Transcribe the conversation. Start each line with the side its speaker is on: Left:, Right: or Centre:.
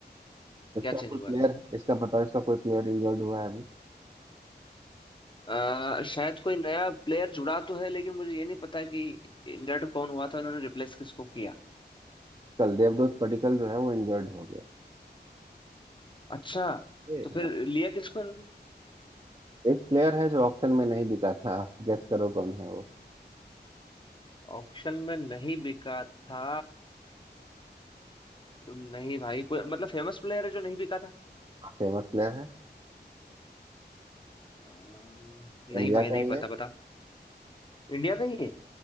Right: इसका
Left: क्या चेंज
Right: कोई
Left: हुआ
Right: प्लेयर
Left: है
Right: इसका बताओ इसका कोई प्लेयर इंजर्ड हुआ है अभी
Left: अ, शायद कोई नया प्लेयर जुड़ा तो है लेकिन मुझे ये नहीं पता कि इंजर्ड कौन हुआ था उन्होंने रिप्लेस किसको किया
Right: कल देवदूत पडिक्कल जो है वो इंजर्ड हो गया
Left: अच्छा
Right: ये
Left: तो फिर लिया किसको इन्होंने
Right: एक प्लेयर है जो ऑक्शन में नहीं बिका था गेस करो कौन है वो
Left: ऑक्शन में नहीं बिका था नहीं भाई कोई मतलब फेमस प्लेयर है जो नहीं बिका था
Right: फेमस प्लेयर है
Left: अ, नहीं
Right: इंडिया
Left: भाई
Right: का
Left: नहीं
Right: ही
Left: पता
Right: है
Left: बता इंडिया का ही है